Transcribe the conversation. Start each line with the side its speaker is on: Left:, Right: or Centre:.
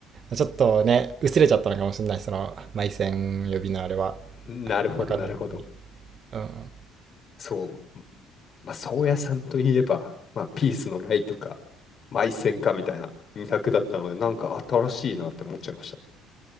Right: ちょっとね、薄れちゃったのかもしれない、その、埋線呼びのあれは。
Left: なるほど、
Right: わかんない。
Left: なるほど。
Right: うん。
Left: そう。まあ、宗谷さんといえば、まあ、ピースのライとか、マイセンかみたいな2択だったので、なんか新しいなって思っちゃいました。